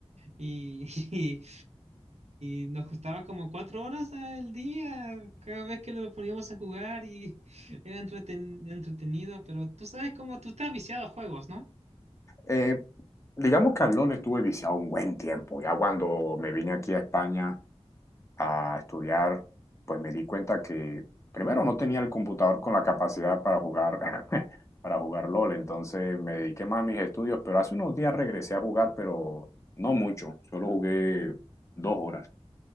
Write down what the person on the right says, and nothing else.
y, <laughs> y, y nos costaba como cuatro horas al día cada vez que lo poníamos a jugar y <laughs> era entreten- entretenido, pero tú sabes cómo tú estás viciado a juegos, ¿no?